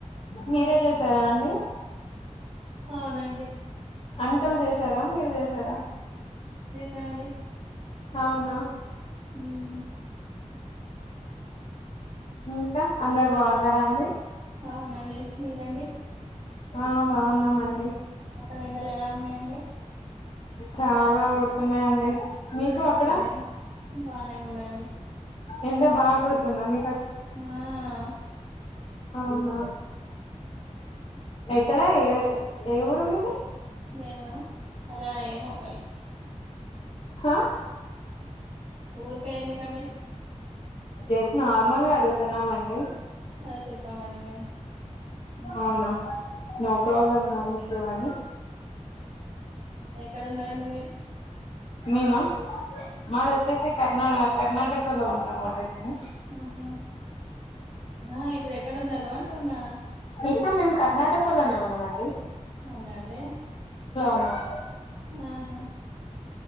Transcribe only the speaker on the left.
మీరే జేసారా అండి
అంకుల్ జేసారా మీరు జేసారా
అవునా
ఇంకా అందరు బాగున్నరా అండి
ఆ బాగున్నామండి
చాలా కొడుతున్నాయండి మీకు
అక్కడ
ఎండ బాగ కోడుతుంద మీ
అవునా ఎక్కడా ఏ ఊరు మీది
హ
జశ్ నార్మల్గా అడుగుతున్నామండి
అవును నో ప్రాబ్లమ్ నో ఇష్యూ అండి
మేమ మాది వచ్చేసి కర్ణా కర్ణాటకలో ఉంటాం అండి మేము.
ఇప్పుడు మేము కర్ణాటకలోనే ఉన్నాం అండి
ఉన్నాం